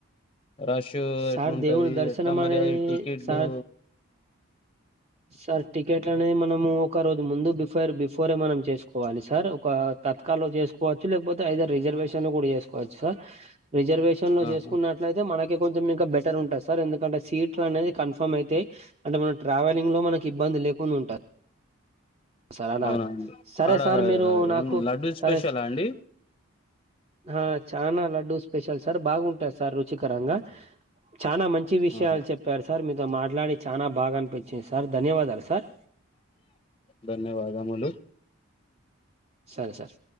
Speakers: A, on the left; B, on the right.
A: రష్
B: సార్
A: ఎట్లుంటది
B: దేవుని దర్శనం
A: ఎట్లా మర్యాది
B: అనేది
A: టికెట్లు
B: సార్ సార్ టికెట్లు అనేది మనము ఒక రోజు ముందు బిఫైర్ బీఫ్ కోరే మనం చేసుకోవాలి సార్ ఒక తత్కల్ లో చేసుకోవచ్చు లేకపోతే ఐదర్ రిజర్వేషన్ కూడా చేసుకోవచ్చు సార్ రిజర్వేషన్ లో
A: ఆహా
B: చేసుకున్నట్లయితే మనకె కొంచెం ఇంకా బెటర్ ఉంటది సార్ ఎందుకంటే సీట్ ట్ల అనేది కన్ఫర్మ్ అయితాయి అంటే మన ట్రావెలింగ్ లో మనకి ఇబ్బంది లేకుండా ఉంట సార్ అలా
A: అవునా అండి
B: సరే
A: ఆడ
B: సార్ మీరు నాకు
A: ఏం లడ్డూ
B: సరే
A: స్పెషలా
B: స
A: అండి
B: ఆ చనా లడ్డూ స్పెషల్ సార్ బాగుంటాయి సార్ రుచికరంగా చానా మంచి విషయాలు
A: ఆహా
B: చెప్పారు సార్ మీతో మాట్లాడి చానా బాగా అనిపించింది సార్ ధన్యవాదాలు సార్
A: ధన్యవాదములు
B: సరే సార్